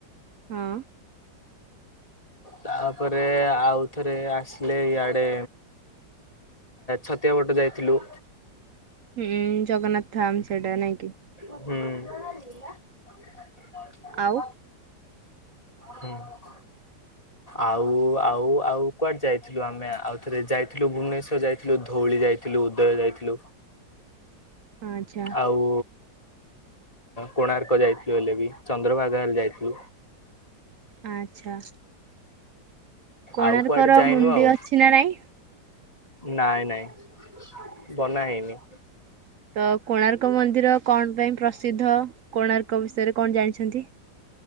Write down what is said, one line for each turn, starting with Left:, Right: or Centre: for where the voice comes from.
Right: ହଁ।
Left: ତାପରେ ଆଉଥରେ ଆସିଲେ ଇଆଡେ ଛତିଆ ପଟ ଯାଇଥିଲୁ।
Right: ହୁଁ ଜଗନ୍ନାଥ ଥାମ ସେଇଟା ନାଇଁ କିି।
Left: ହୁଁ। <inaudible>
Right: ଆଉ
Left: ହୁଁ ଆଉ ଆଉ ଆଉ କୁଆଡେ ଯାଇଥିଲୁ ଆମେ ଆଉ ଥରେ ଯାଇଥିଲୁ ଭୁବନେଶ୍ଵର ଯାଇଥିଲୁ ଧଉଳି ଯାଇଥିଲୁ ଉଦୟ ଯାଇଥିଲୁ।
Right: ଆଚ୍ଛା
Left: ଆଉ କୋଣାର୍କ ଯାଇଛି। <inaudible> ଚନ୍ଦ୍ରଭାଗା ହେଲେ ଯାଇଥିଲୁ।
Right: ଆଚ୍ଛା। କୋଣାର୍କର
Left: ଆଉ କୁଆଡେ ଯାଇନୁ
Right: ମୁଣ୍ଡି
Left: ଆଉ
Right: ଅଛି ନା ନାଇଁ।
Left: ନାଇଁ ନାଇଁ ବନା ହେଇନି।
Right: ତ କୋଣାର୍କ ମନ୍ଦିର କଣ ପାଇଁ ପ୍ରସିଦ୍ଧ କୋଣାର୍କ ବିଷୟରେ କଣ ଜାଣିଛନ୍ତି?